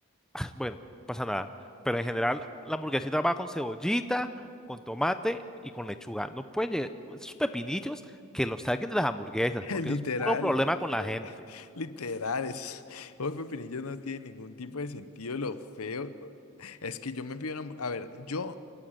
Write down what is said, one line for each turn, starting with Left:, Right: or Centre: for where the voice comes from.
Centre: <laughs> Bueno, no pasa nada. Pero en general, la hamburguesita va con cebollita, con tomate y con lechuga. No pueden llegar esos pepinillos que los saquen de las hamburguesas,
Left: <laughs>
Centre: porque
Left: Literal,
Centre: eso es puro problema
Left: literal,
Centre: con la gente.
Left: literal, es, hoy Pepinillos no tiene ningún tipo de sentido, lo feo, es que yo me pido una, hamb- a ver, yo,